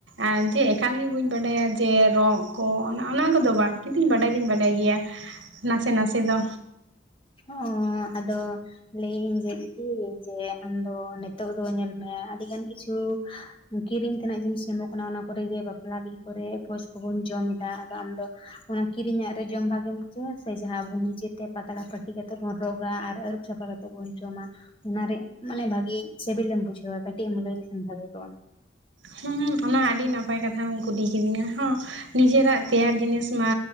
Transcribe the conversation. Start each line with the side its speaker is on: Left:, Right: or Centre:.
Right: ᱟᱨ ᱡᱮ ᱮᱠᱟᱞ ᱵᱟᱹᱧ ᱵᱟᱰᱟᱭᱟ ᱡᱮ ᱨᱚᱜ ᱠᱚ ᱚᱱᱟ ᱠᱚᱫᱚ ᱵᱟᱝ ᱠᱤᱱᱛᱩ ᱵᱟᱰᱟᱭ ᱫᱚᱧ ᱵᱟᱰᱟᱭ ᱜᱮᱭᱟ ᱱᱟᱥᱮ ᱱᱟᱥᱮ ᱫᱚ
Left: ᱦᱚᱸ ᱟᱫᱚ ᱞᱟᱹᱭᱮᱫ ᱟᱧ ᱡᱮ ᱫᱤᱫᱤ ᱡᱮ ᱟᱢ ᱫᱚ ᱱᱤᱛᱚᱜ ᱫᱚ ᱧᱮᱞ ᱢᱮ ᱟᱹᱰᱤᱜᱟᱱ ᱠᱤᱪᱷᱩ ᱠᱤᱨᱤᱧ ᱛᱮᱱᱟᱜ ᱡᱤᱱᱤᱥ ᱧᱟᱢᱚᱜ ᱠᱟᱱᱟ ᱚᱱᱟ ᱠᱚᱨᱮᱜᱮ ᱵᱟᱯᱞᱟ ᱵᱤᱦᱟᱹ ᱠᱚᱨᱮᱜ ᱵᱷᱚᱡ ᱠᱚᱵᱚᱱ ᱡᱚᱢ ᱮᱫᱟ ᱟᱫᱚ ᱟᱢᱫᱚ ᱚᱱᱟ ᱠᱤᱨᱤᱧᱟᱜ ᱨᱮ ᱡᱚᱢ ᱵᱷᱟᱜᱮᱢ ᱵᱩᱡᱷᱟᱹᱣᱟ ᱥᱮ ᱡᱟᱦᱟᱸ ᱟᱵᱚ ᱱᱤᱡᱮ ᱛᱮ ᱯᱟᱛᱲᱟ ᱯᱟᱹᱴᱤ ᱠᱟᱛᱮ ᱵᱚᱱ ᱨᱚᱜᱟ ᱟᱨ ᱟᱹᱨᱩᱵ ᱥᱟᱯᱷᱟ ᱠᱟᱛᱮ ᱵᱚᱱ ᱡᱚᱢᱟ᱾ ᱚᱱᱟᱨᱮ ᱢᱟᱱᱮ ᱵᱷᱟᱜᱤ ᱥᱤᱵᱤᱞᱮᱢ ᱵᱩᱡᱷᱟᱹᱣᱟ ᱠᱟᱹᱴᱤᱡ ᱮᱢ ᱞᱟᱹᱭ ᱞᱮᱠᱷᱟᱱ ᱵᱷᱟᱜᱮ ᱠᱚᱜᱼᱟ?
Right: ᱦᱩᱸ ᱚᱱᱟ ᱟᱹᱰᱤ ᱱᱟᱯᱟᱭ ᱠᱟᱛᱷᱟᱢ ᱠᱩᱞᱤ ᱠᱤᱫᱤᱧᱟ ᱦᱚᱸ ᱱᱤᱡᱮᱨᱟᱜ ᱛᱮᱭᱟᱨ ᱡᱤᱱᱤᱥ ᱢᱟ